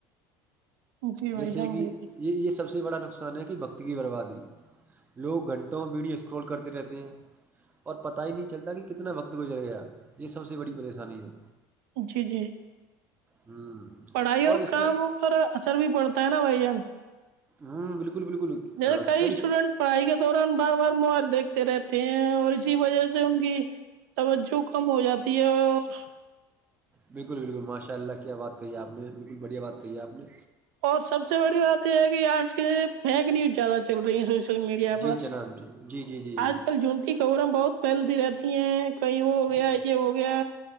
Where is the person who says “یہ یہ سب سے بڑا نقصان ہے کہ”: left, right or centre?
Right